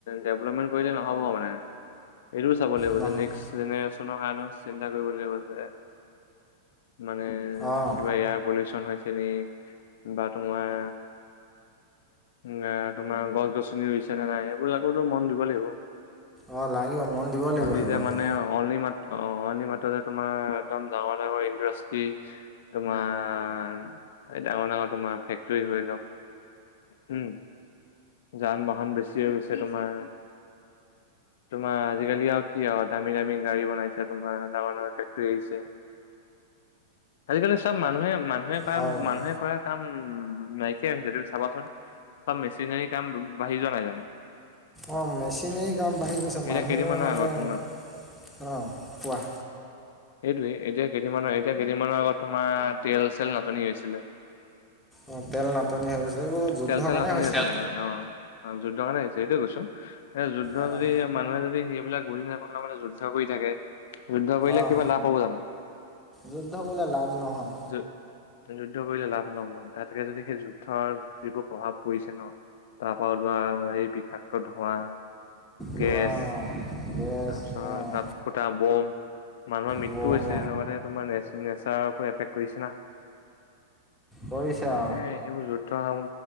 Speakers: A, on the left; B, in the centre.
A: ডেভলপমেণ্ট কৰিলে নহ'ব মানে। এইটোও চাব লাগিব
B: নহয়
A: যে নেক্সট জেনেৰেশ্যনৰ কাৰণেও চিন্তা কৰিব লাগিব যে মানে
B: অঁ
A: কিবা এয়াৰ পলিউচন হ চেন বা তোমাৰ গাত তোমাৰ গছ গছনি ৰুইছে নে নাই, সেইবিলাকো মন দিব লাগিব।
B: অঁ লাগিব মন দিব লাগিব
A: আজি
B: সেইবোৰতো
A: <unintelligible> মানে অণি মাত, অ' অণি মাত তোমাৰ একদম ডাঙৰ-ডাঙৰ ইণ্ডাষ্ট্ৰি, তোমাৰ এই ডাঙৰ-ডাঙৰ তোমাৰ ফেক্টৰী ধৰি লক, হম। যান বাহন বেছি হৈছে তোমাৰ তোমাৰ আজিকালি আৰু কি আৰু দামী-দামী গাড়ী বনাইছে তোমাৰ, ডাঙৰ-ডাঙৰ ফেক্টৰী আহিছে। আজিকালি চব মানুহে, মানুহে কাম,
B: হয় হয়।
A: মানুহে কৰা কাম উম নাইকিয়া হৈছে তুমি চাবাচোন, কাৰণ মেচিনোৰী কাম বাঢ়ি যোৱা নাই জানো।
B: অ' মেচিনেৰী গাম <inaudible> বাঢ়ি গৈছে
A: এতিয়া
B: মানুহ
A: কেইদিনমানৰ
B: মানে
A: আগত তোমাৰ
B: ৰ, কোৱা
A: সেইটোৱে, ‌এতিয়া কেইদিনমানৰ, এতিয়া কেইদিনমানৰ আগত তোমাৰ তেল চেল নাটনি হৈছিলে।
B: অ' তেল নাটনি হৈ গৈছিল, এইবোৰ যুদ্ধৰ
A: তেল চেল
B: কাৰণে
A: নাটনি
B: হৈছে।
A: আছে নেকি অ অ', যুদ্ধৰ কাৰণে হৈছে, সেইটোয়ে কৈছো, সে যুদ্ধ
B: অঁ
A: যদি, মানুহে যদি যোন বিলাক বুজি যুদ্ধ কৰি থাকে, যুদ্ধ কৰিলে
B: অঁ
A: কিবা লাভ হ'ব জানো
B: যুদ্ধ কৰিলে লাভ নহয়।
A: যু যুদ্ধ কৰিলে লাভ নহয়, তাতকে যদি সেই যুদ্ধৰ যিবোৰ প্ৰভাৱ পৰিছে ন তাৰ পৰা উলোৱা এই বিষাক্ত <unintelligible> বহ হোৱা,
B: ধোৱা
A: গেছ,
B: অঁ গেছ
A: তাৰপিছত,
B: অঁ
A: তাত ফুটা বম মানুহৰ মৃত্যু
B: বম
A: হৈছে <unintelligible> তোমাৰ নেচাৰকো এফেক্ট কৰিছে না।
B: কৰিছে অ,
A: এ এইবোৰ যুদ্ধ স,